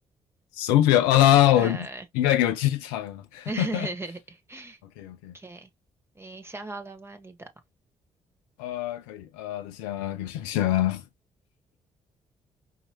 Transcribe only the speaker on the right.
对
<laughs>
，OK，你想好了吗？你的